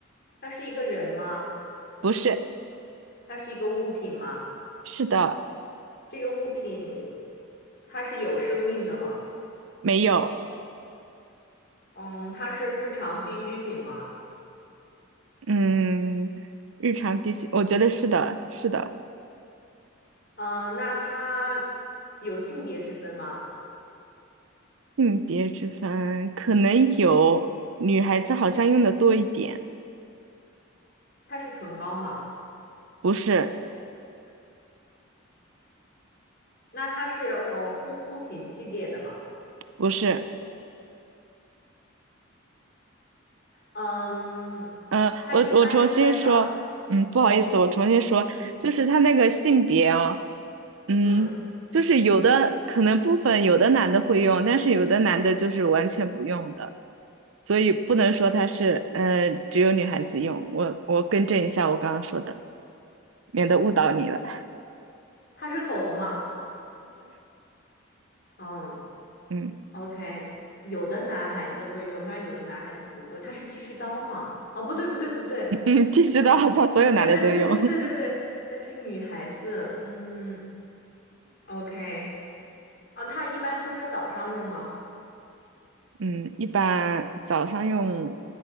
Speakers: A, on the left; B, on the right.
A: 它是一个人吗？
B: 不是，
A: 它是一个物品吗？
B: 是的，
A: 这个物品它是有生命的吗？
B: 没有，
A: 嗯，它是日常必需品吗？
B: 嗯，日常必须，我觉得是的，是的，
A: 呃，那它有性别之分吗？
B: 性别之分可能有，女孩子好像用的多一点，
A: 它是唇膏吗？
B: 不是，
A: 那它是呃护肤品系列的吗？
B: 不是。
A: 嗯，
B: 嗯，呃我我重新说，
A: 它一般用在早。
B: 嗯，不好意思，
A: 嗯，
B: 我重新说，
A: 没，
B: 就是他那个性别哦，嗯，
A: 嗯，
B: 就是有的可能部分有的男的会用，但是有的男的就是完全不用的，所以不能说他是，呃，只有女孩子用。我我更正一下我刚刚说的，免得误导你了。
A: 它是口红吗？嗯
B: 嗯
A: ，OK，有的男孩子会用，但是有的男孩子不会。它是剃须刀吗？哦，不对，不对，不对，
B: <laughs> 嗯，剃须刀好像所有男的都用。
A: 啊、<laughs> 啊，对对，它是，
B: <laughs>
A: 对对对，但是女孩子，嗯，OK，啊，它一般是会早上用吗？
B: 嗯，一般早上用，